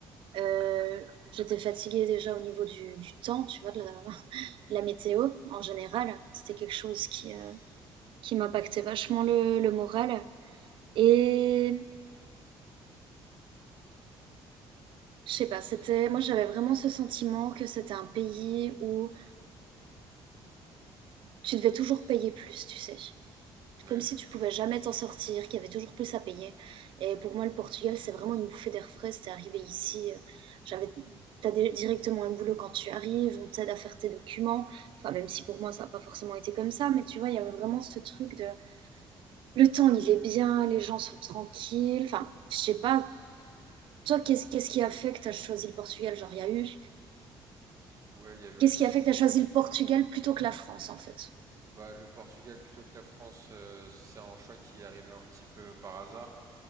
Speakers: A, on the right; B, on the right.
A: Euh, j'étais fatiguée déjà au niveau du, du temps, tu vois, de la, <laughs> la météo en général. C'était quelque chose qui, euh, qui m'impactait vachement le, le moral. Et je sais pas, c'était, moi, j'avais vraiment ce sentiment que c'était un pays où tu devais toujours payer plus, tu sais.
B: Oui,
A: comme si tu pouvais jamais t'en sortir, qu'il y avait toujours plus à payer. Et pour moi, le Portugal, c'est vraiment une bouffée d'air frais. C'est arrivé ici, euh, j'avais, t'as dé- directement un boulot quand tu arrives, on t'aide à faire tes documents. Enfin, même si pour moi, ça n'a pas forcément été comme ça, mais tu vois, il y avait vraiment ce truc de le temps, il est bien, les gens sont tranquilles. Enfin, je sais pas. Toi, qu'est-ce qu'est-ce qui a fait que tu as choisi le Portugal? Genre, il y a eu.
B: ouais, il y avait
A: Qu'est-ce
B: aussi
A: qui a fait que tu as choisi le Portugal plutôt que la France, en fait?
B: Bah, le Portugal plutôt que la France, euh, c'est un choix qui est arrivé un petit peu par hasard.